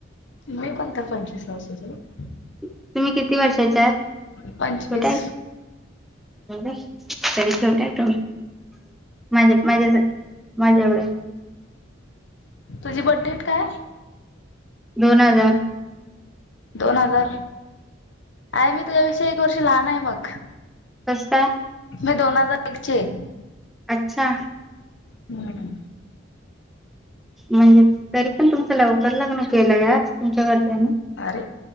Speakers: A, on the left (about 65°); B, in the centre.
A: मी पण तर पंचवीस वर्षाच झालं.
B: तुम्ही किती वर्षांच्या आहेत? छोट्या
A: पंचवीस
B: आहेत? <unintelligible> तरीचोटयत. माज्या माझ्या माझ्यावडे.
A: तुझी बर्थडेट काय?
B: दोन हजार
A: दोन हजार आहे मी, तुझ्यापेक्षा एक वर्ष लहान आहे मग.
B: तस काय,
A: मी दोन हजार एकचे आहे.
B: अच्छा.
A: हम्म.
B: म्हणजे तरी पण तुमचं लवकर लग्न केलं या तुमच्या घरच्यांनी.
A: अरे